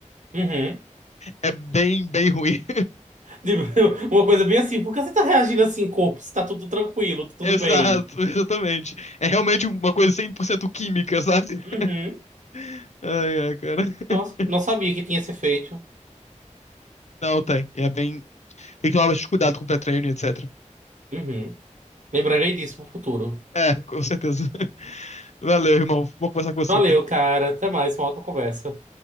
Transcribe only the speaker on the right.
Uhum. <laughs>
Tipo, uma coisa bem assim, por que você tá reagindo assim, corpo? Se tá tudo tranquilo, tá tudo
bem.
Uhum.
Nossa, não sabia que tinha esse efeito.
Uhum. Lembrarei disso pro futuro.
Valeu,
cara. Até mais, uma ótima conversa.